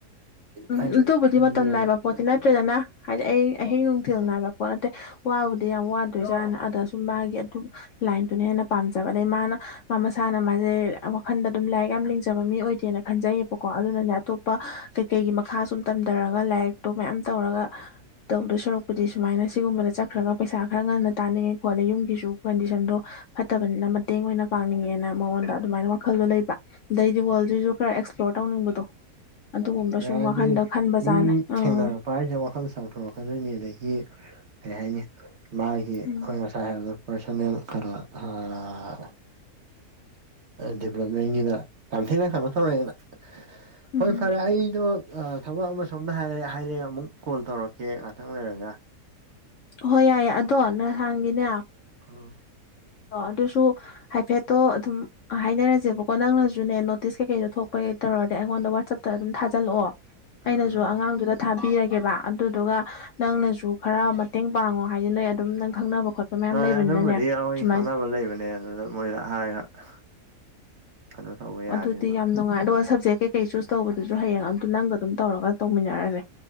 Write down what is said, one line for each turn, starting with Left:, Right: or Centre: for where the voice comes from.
Left: ꯎꯝ
Right: ꯍꯥꯏꯗꯤ
Left: ꯑꯗꯨꯕꯨꯗꯤ ꯃꯇꯝ
Right: ꯌꯦꯡ
Left: ꯅꯥꯏꯕ ꯄꯣꯠꯇꯤ ꯅꯠꯇ꯭ꯔꯦꯗꯅ ꯍꯥꯏꯗꯤ ꯑꯩ ꯑꯍꯤꯡ ꯅꯨꯡ ꯊꯤꯜ ꯅꯥꯏꯕ ꯄꯣꯠ ꯅꯠꯇꯦ ꯋꯥꯕꯨꯗꯤ ꯌꯥꯝ ꯋꯥꯗꯣꯏꯖꯥꯠꯅꯦ ꯑꯗ ꯁꯨꯝ ꯃꯥꯒꯤ ꯑꯗꯨꯝ ꯂꯥꯏꯟꯗꯨꯅ ꯍꯦꯟꯅ ꯄꯥꯝꯖꯕ ꯑꯗꯩ ꯃꯥꯅ ꯃꯥ ꯃꯁꯥꯅ ꯃꯥꯁꯦ ꯋꯥꯈꯟꯗ ꯑꯗꯨꯝ ꯂꯥꯏꯔꯤꯛ ꯌꯥꯝꯅ ꯂꯤꯡꯖꯕ ꯃꯤ ꯑꯣꯏꯗꯦꯅ ꯈꯟꯖꯩꯕꯀꯣ ꯀꯣ ꯑꯗꯨꯅꯅꯦ ꯑꯇꯣꯞꯄ ꯀꯩꯀꯩꯒꯤ ꯃꯈꯥ ꯁꯨꯝ ꯇꯝꯗꯔꯒ ꯂꯥꯏꯔꯤꯛꯇꯣ ꯃꯌꯥꯝ ꯇꯧꯔꯒ ꯇꯧꯗꯧ ꯁꯥꯔꯨꯛꯄꯨꯗꯤ ꯁꯨꯃꯥꯏꯅ ꯁꯤꯒꯨꯝꯕꯗ ꯆꯠꯈ꯭ꯔꯒ ꯄꯩꯁꯥ ꯈꯔ ꯉꯟꯅ ꯇꯥꯅꯤꯡꯉꯦ ꯈꯣꯠꯂꯦ ꯌꯨꯝꯒꯤꯁꯨ ꯀꯟꯗꯤꯁꯟꯗꯣ ꯐꯠꯇꯕꯅꯤꯅ ꯃꯇꯦꯡ ꯑꯣꯏꯅ ꯄꯥꯡꯅꯤꯡꯉꯦꯅ ꯃꯉꯣꯟꯗ ꯑꯗꯨꯃꯥꯏꯅ ꯋꯥꯈꯜꯗꯣ ꯂꯩꯕ ꯑꯗꯩꯗꯤ ꯋꯥꯔꯜꯁꯤꯁꯨ ꯈꯔ ꯑꯦꯛꯁꯄ꯭ꯂꯣꯔ ꯇꯧꯅꯤꯡꯕꯗꯣ ꯑꯗꯨꯒꯨꯝꯕ ꯁꯨꯝ
Right: ꯍꯥꯏꯗꯤ
Left: ꯋꯥꯈꯟꯗ ꯈꯟꯕꯖꯥꯠꯅꯦ
Right: ꯃꯤ
Left: ꯑꯪ
Right: ꯊꯦꯡꯅꯔꯛꯄ ꯍꯥꯏꯁꯦ ꯋꯥꯈꯜ ꯆꯥꯎꯊꯣꯔꯛꯀꯗꯣꯏꯅꯦ ꯑꯗꯒꯤ ꯀꯔꯤ ꯍꯥꯏꯅꯤ ꯃꯥꯒꯤ
Left: ꯎꯝ
Right: ꯑꯈꯣꯏꯅ ꯉꯁꯥꯏ ꯍꯥꯏꯕꯗꯣ ꯄꯥꯔꯁꯣꯅꯦꯜ ꯑꯥ ꯗꯦꯕꯂꯞꯃꯦꯟꯒꯤꯗ ꯌꯥꯝ ꯊꯤꯅ ꯀꯩꯅꯣ ꯇꯧꯔꯦꯅ
Left: ꯎꯝ
Right: ꯍꯣꯏ ꯐꯔꯦ ꯑꯩꯗꯣ ꯑꯥ ꯊꯕꯛ ꯑꯃ ꯁꯣꯝꯗ ꯍꯥꯏꯔꯦ ꯍꯥꯏꯔꯛꯑꯦ ꯑꯃꯨꯛ ꯀꯣꯜ ꯇꯧꯔꯛꯀꯦ ꯉꯥꯛꯇꯪ ꯂꯩꯔꯒ
Left: ꯍꯣꯏ ꯌꯥꯏꯌꯦ ꯑꯗꯣ ꯅꯍꯥꯟꯒꯤꯅꯦ
Right: ꯎꯝ
Left: ꯗꯣ ꯑꯗꯨꯁꯨ ꯍꯥꯏꯐꯦꯠꯇꯣ ꯑꯗꯨꯝ ꯍꯥꯏꯅꯔꯁꯦꯕꯀꯣ ꯅꯪꯅꯁꯨꯅꯦ ꯅꯣꯇꯤꯁ ꯀꯩꯀꯩꯗꯣ ꯊꯣꯛꯄ ꯇꯧꯔꯗꯤ ꯑꯩꯉꯣꯟꯗ ꯋꯥꯆꯞꯇ ꯑꯗꯨꯝ ꯊꯥꯖꯤꯜꯂꯛꯑꯣ
Right: ꯎꯝ
Left: ꯑꯩꯅꯁꯨ ꯑꯉꯥꯡꯗꯨꯗ ꯊꯥꯕꯤꯔꯒꯦꯕ ꯑꯗꯨꯗꯨꯒ ꯅꯪꯅꯁꯨ ꯈꯔ ꯃꯇꯦꯡ ꯄꯥꯡꯉꯣ ꯍꯥꯏꯖꯜꯂꯛꯑ ꯑꯗꯨꯝ ꯅꯪ ꯈꯪꯅꯕ ꯈꯣꯠꯄ ꯃꯌꯥꯝ
Right: ꯍꯣꯏ
Left: ꯂꯩꯕꯅꯤꯅꯅꯦ
Right: ꯑꯗꯨꯝꯕꯗꯤ ꯑꯩꯈꯣꯏ
Left: ꯁꯨꯃꯥꯏꯅ
Right: ꯈꯪꯅꯕ ꯂꯩꯕꯅꯦ ꯑꯗꯨꯗ ꯃꯣꯏꯗ ꯍꯥꯏꯔꯒ ꯀꯩꯅꯣ ꯇꯧꯕ ꯌꯥꯅꯤ
Left: ꯑꯗꯨꯗꯤ
Right: ꯑꯗꯨꯝ
Left: ꯌꯥꯝ ꯅꯨꯡꯉꯥꯏ ꯑꯗꯨꯒ ꯁꯦ ꯀꯩꯀꯩ ꯆꯨꯁ ꯇꯧꯕꯗꯨꯁꯨ ꯍꯌꯦꯡ ꯑꯝꯇ ꯅꯪꯒ ꯑꯗꯨꯝ ꯇꯧꯔꯒ ꯇꯧꯃꯤꯟꯅꯔꯁꯦ